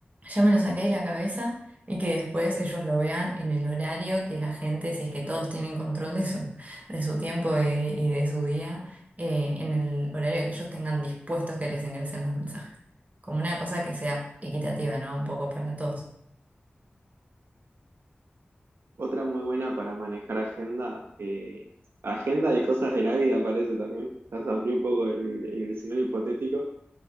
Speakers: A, on the right (about 40°); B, on the right (about 80°).
A: ya me lo saqué de la cabeza y que después ellos lo vean en el horario que la gente, si es que todos tienen control de su, de su tiempo y, y de su día, eh, en el horario que ellos tengan dispuestos que les ingresen los mensajes como una cosa que sea equitativa, ¿no? Un poco para todos.
B: Otra muy buena para manejar agenda, eh, agenda de cosas de la vida parece también. Ya se amplió un poco el, el escenario hipotético.